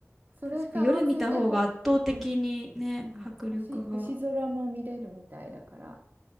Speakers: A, on the right (about 40°); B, in the centre.
A: それと合わせてほ、
B: 確か夜見た方が圧倒的にね、
A: うん、うん、
B: 迫力が。
A: 星、星空も見れるみたいだから、